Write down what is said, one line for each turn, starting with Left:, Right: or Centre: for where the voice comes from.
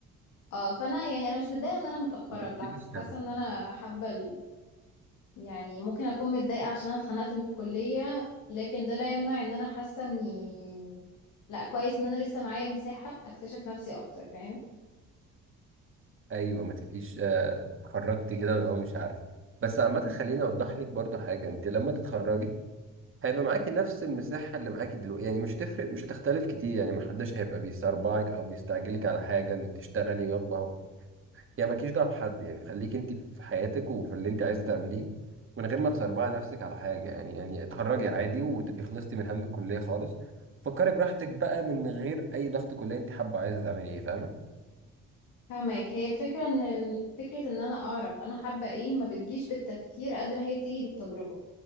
Left: اه فانا يعني انا مش متضايقة ان انا متأخرة
Right: ما تبقيش
Left: بالعكس حاسة
Right: هم
Left: ان انا حابة ال... يعني ممكن اكون متضايقة عشان انا اتخنقت من الكلية لكن ده لا يمنع ان انا حاسة اني لا كويس ان انا لسه معايا مساحة اكتشف نفسي اكتر فاهم
Right: ايوه ما تبقيش آه، اتخرجتي كده ولا هو مش عارفة بس عامة خليني اوضح لك برضو حاجة انت لما تتخرجي هيبقى معاكي نفس المساحة اللي معاكي دلوقتي يعني مش تفرق مش هتختلف كتير يعني محدش هيبقى بيسربعك او بيستعجلك على حاجة انك تشتغلي يابا يعني مالكيش دعوه بحد يعني خليك انت في حياتك وفي اللي انت عايزه تعمليه من غير ما تسربعي نفسك على حاجه يعني يعني اتخرجي عادي وتبقي خلصتي من هم الكليه خالص فكري براحتك بقى من غير اي ضغط كليه انت حابه عايزه تعملي ايه فاهمه
Left: فاهمك هي الفكرة ان ال- فكرة ان انا اعرف انا حابة ايه ما بتجيش بالتفكير قد ما هي بتيجي بالتجربة